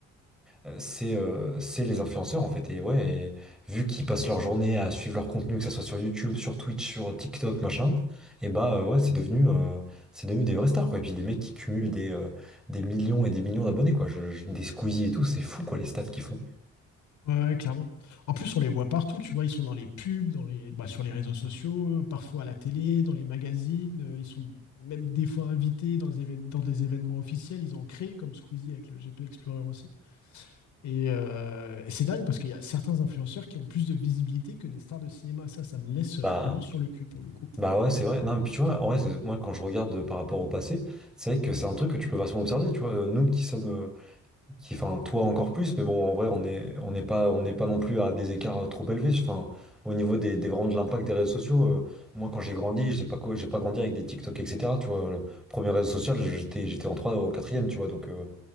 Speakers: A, in the centre; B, on the left (about 70°).
A: euh, C'est euh, c'est les influenceurs en fait. Et ouais, et vu qu'ils passent leur journée à suivre leur contenu, que ce soit sur YouTube, sur Twitch, sur TikTok, machin, et bah euh, ouais, c'est devenu, euh, c'est devenu des vraies stars quoi. Et puis des mecs qui cumulent des, euh, des millions et des millions d'abonnés quoi. Je- je- des Squeezie et tout, c'est fou quoi les stats qu'ils font.
B: Ouais, ouais, clairement. En plus, on les voit partout, tu vois, ils sont dans les pubs, dans les, bah, sur les réseaux sociaux, euh, parfois à la télé, dans les magazines, euh, ils sont même des fois invités dans, des évén- dans des événements officiels, ils ont créé comme Squeezie avec le GP Explorer aussi. Et, euh, et c'est dingue parce qu'il y a certains influenceurs qui ont plus de visibilité que des stars de cinéma, ça, ça me laisse euh,
A: Bah,
B: vraiment sur le cul pour le coup.
A: bah ouais, c'est vrai. Non, mais puis tu vois, en vrai, c'est- moi quand je regarde euh, par rapport au passé, c'est vrai que c'est un truc que tu peux facilement observer. Tu vois, Euh, nous qui sommes. euh, qui, enfin, toi encore plus, mais bon, en vrai, on est, on n'est pas, on n'est pas non plus à des écarts trop élevés. Enfin, au niveau des, des vraiment de l'impact des réseaux sociaux, euh, moi, quand j'ai grandi, j'ai pas, co- j'ai pas grandi avec des TikTok, etc. Tu vois, le premier réseau social, j'étais, j'étais en 3 au quatrième, tu vois, donc. euh,